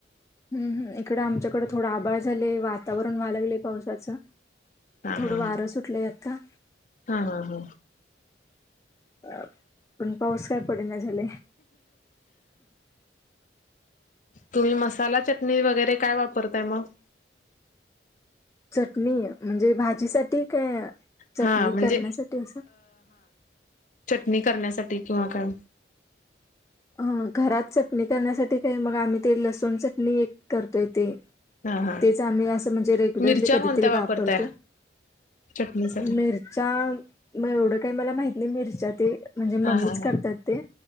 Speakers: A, on the left; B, on the left.
A: हम्म हम्म, इकडं आमच्याकडं थोडं आभाळ झालंय वातावरण व्हाय लागलंय पावसाचं.
B: हा
A: थोडं
B: हा
A: वारं
B: हा.
A: सुटलंय आता.
B: हा हा हा
A: अ पण पाऊस काय पडेना झालाय.
B: तुम्ही मसाला, चटणी वगैरे काय वापरताय मग?
A: चटणी. म्हणजे भाजीसाठी का चटणी
B: हा म्हणजे
A: करण्यासाठी असं?
B: नी करण्यासाठी किंवा काय?
A: हा घरात चटणी करण्यासाठी काय मग आम्ही ते लसूण चटणी करतोय ते.
B: हा हा.
A: तेच आम्ही असं म्हणजे रेग्युलरली
B: मिरच्या
A: कधीतरी
B: कोणत्या वापरताय
A: वापरतो.
B: चटणीसाठी?
A: मिरच्या म एवढं काय मला माहित नाही मिरच्या ते, म्हणजे मम्मीच
B: हा हा
A: करतात ते.